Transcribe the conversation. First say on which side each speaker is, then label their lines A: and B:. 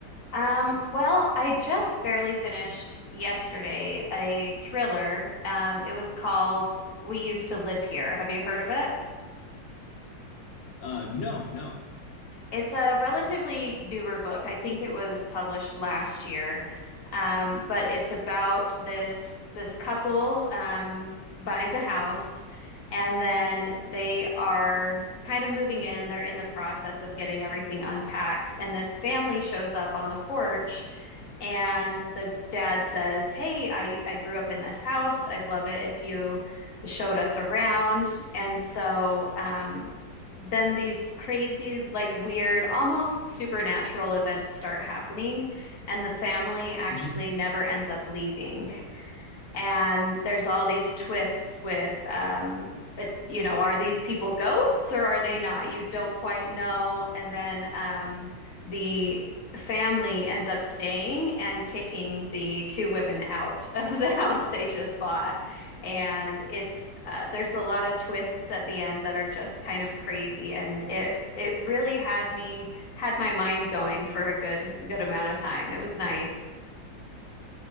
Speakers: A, on the left; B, on the left.
A: Um, well, I just barely finished yesterday a thriller. Um, it was called We Used to Live Here. Have you heard of it?
B: Uh, no, no.
A: It's a relatively newer book. I think it was published last year. Um, but it's about this this couple um, buys a house and then they are kind of moving in. They're in the process of getting everything unpacked. And this family shows up on the porch and the dad says, "Hey, I I grew up in this house. I'd love it if you showed us around." And so um then these crazy, like weird, almost supernatural events start happening, and the family actually
B: hmm
A: never ends up leaving. And there's all these twists with, um, it, you know, are these people ghosts or are they not? You don't quite know. And then um, the family ends up staying and kicking the two women out <laughs> of the house they just bought. And it's uh, there's a lot of twists at the end that are just kind of crazy, and it it really had me had my mind going for a good good amount of time. It was nice.